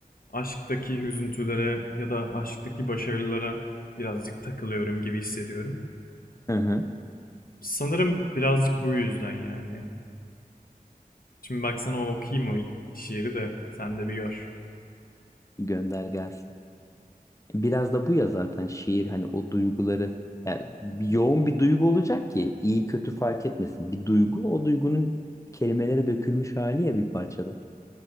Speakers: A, on the left; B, on the left.
A: aşktaki hüzüntülere ya da aşktaki başarılara birazcık takılıyorum gibi hissediyorum.
B: hı hı.
A: Sanırım birazcık bu yüzden yani. Şimdi baksana okuyayım o şiiri de sen de bir gör.
B: Gönder gelsin. Biraz da bu ya zaten şiir hani o duyguları yani yoğun bir duygu olacak ki iyi kötü fark etmesin. Bir duygu o duygunun kelimelere dökülmüş hali ya bir parçada.